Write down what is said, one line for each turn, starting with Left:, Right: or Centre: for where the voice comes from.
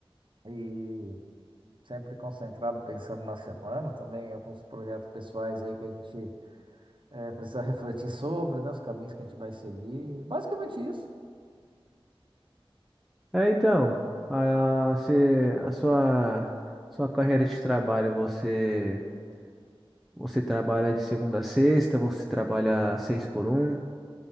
Right: E sempre concentrado pensando na semana, também alguns projetos pessoais aí que a gente eh, precisa refletir sobre, né? Os caminhos que a gente vai seguir. Basicamente isso.
Centre: É, então, a, a, você- a sua sua carreira de trabalho, você você trabalha de segunda a sexta, você trabalha seis por um?